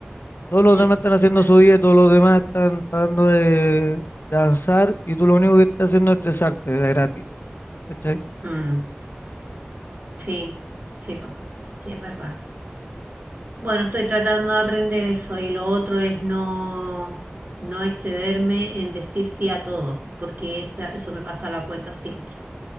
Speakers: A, on the left (about 60°); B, on the right (about 45°).
A: Todos
B: Sí,
A: los demás
B: pues,
A: están haciendo
B: es verdad.
A: su vida, todos los demás están tratando de, danzar y tú lo único que estás haciendo es estresarte de gratis, ¿cachai?
B: Mm, sí, sí, pues, sí, es verdad. Bueno, estoy tratando de aprender eso y lo otro es no, no excederme en decir sí a todo, porque esa- eso me pasa la cuenta siempre.